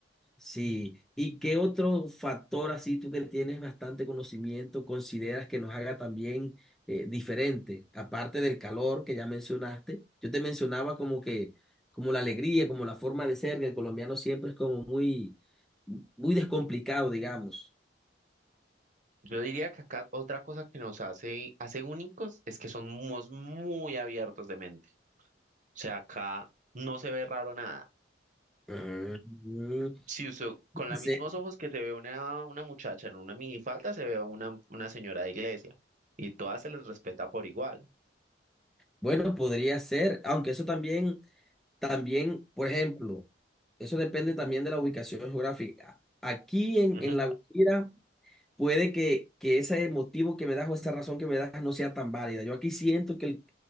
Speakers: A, in the centre; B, on the right.
A: Sí, ¿y qué otro factor así tú que tienes bastante conocimiento consideras que nos haga también eh, diferente? Aparte del calor que ya mencionaste, yo te mencionaba como que, como la alegría, como la forma de ser, que el colombiano siempre es como muy, muy descomplicado, digamos.
B: Yo diría que acá otra cosa que nos hace, hace únicos es que somos muy abiertos de mente. O sea, acá no se ve raro nada.
A: Mm,
B: Si usted, con los
A: sí,
B: mismos ojos que se ve una, una muchacha en una minifalda, se ve a una, una señora de iglesia. Y todas se les respeta por igual.
A: Bueno, podría ser, aunque eso también, también, por ejemplo, eso depende también de la ubicación geográfica. Aquí en,
B: Ujú.
A: en La Guajira. puede que, que ese motivo que me das o esa razón que me das no sea tan válida. Yo aquí siento que el,